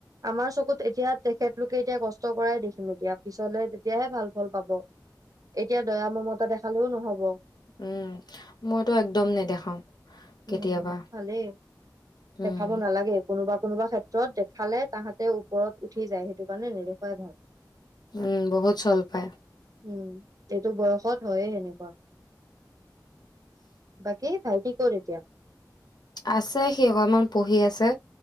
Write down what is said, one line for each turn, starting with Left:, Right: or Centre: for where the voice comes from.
Right: আমাৰ চকুত এতিয়া তেখেতলোকে এতিয়া কষ্ট কৰাই দেখিম এতিয়া, পিছলে তেতিয়াহে ভাল ফল পাব, এতিয়া দয়া মমতা দেখালেও নহব।
Left: উম মইতো একদম নেদেখাও কেতিয়াবা
Right: উম, ভালেই।
Left: উম,
Right: দেখাব নালাগে। কোনোবা কোনোবা ক্ষেত্ৰত দেখালে তাহাঁতে ওপৰত উঠি যায় সেইটো কাৰণে নেদেখুৱাই ভাল।
Left: উম বহুত চল পায়।
Right: উম এইটো বয়সত হয়ে এনেকুৱা। বকীত ভাইটি ক'ত এতিয়া?
Left: আছে সি অকণমান পঢ়ি আছে।